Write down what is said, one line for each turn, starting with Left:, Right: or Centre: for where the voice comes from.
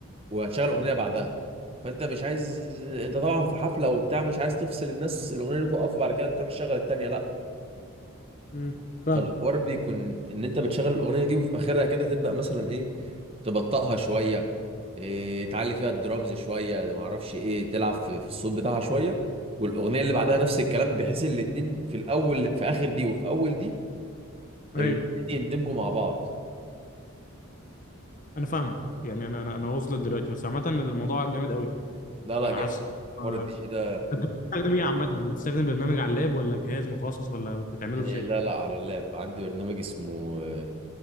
Right: وهتشغل اغنيه بعدها فانت مش عايز انت طبعا في حفله وبتاع مش عايز تفصل الناس الاغنيه اللي تقف وبعد كده تروح تشغل التانيه لا
Left: امم فاهم
Right: فالحوار بيكون ان انت بتشغل الاغنيه دي وفي اخرها كده تبدا مثلا ايه تبطئها شويه إيه تعلي فيها الدرامز شويه ما اعرفش ايه تلعب في, في الصوت بتاعها شويه والاغنيه اللي بعدها نفس الكلام بحيث الاتنين في الاول في اخر دي وفي اول دي
Left: ايوه
Right: الاتنين يندمجوا مع بعض
Left: انا فاهمك يعني انا انا انا واصل دلوقتي بس عامه الموضوع جامد قوي
Right: لا لا
Left: انا
Right: جاي
Left: حاسس
Right: حوار
Left: آه.
Right: الدي جي ده
Left: انت بتستخدم ايه عامه بتستخدم برنامج على اللاب ولا جهاز مخصص ولا بتعمله
Right: إيه
Left: ازاي
Right: لا لا على اللاب عندي برنامج اسمه آه،